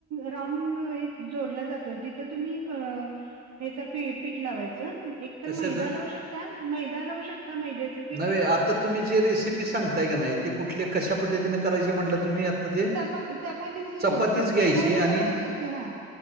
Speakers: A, on the right; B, on the right.
A: राउंड <unintelligible> ऐक जोडला जातोय तिथं तुम्ही ह्याचा पीठ लावायचं एक तर
B: कशाचं?
A: मैदा लावू शकता. मैदा लावू शकता मैदेच
B: नवे आता तुम्ही जे रेसिपी सांगताय का नाही त ते कुठल्या कशा पद्धतीने करायची म्हटलं तुम्ही आता ते,
A: च चपातीचीच
B: चपातीच
A: आहे. फक्त
B: घ्यायची
A: गोल चपाती
B: आणि
A: असते हा.